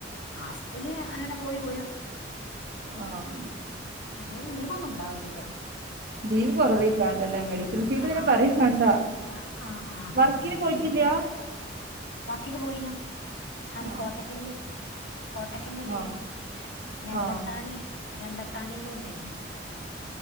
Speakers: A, on the left; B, on the right.
A: മാസത്തില് അങ്ങനെ പോയി പോരും.
B: ആഹ്
A: അധികം ലീവ് ഒന്നും ഉണ്ടാവൂല.
B: ലീവ് കുറവേക്കാരല്ലേ മെഡിക്കൽ ഫീൽഡ്
A: അ
B: പിന്നെ
A: ആഹ്
B: പറയും വേണ്ട
A: ആഹ് ആഹ്
B: വർക്കിന്
A: ആഹ് ആ
B: പോയിട്ടില്ല
A: ലീവില്ല വർക്കിന് പോയീന് ഞാന്
B: ആ
A: കോട്ടക്കൽ ല്. കോട്ടക്കൽ ല് ഇണ്ടേയ്നു
B: ആ
A: രണ്ടത്താണി
B: ആ
A: രണ്ടത്താണിയിലും ഉണ്ടായി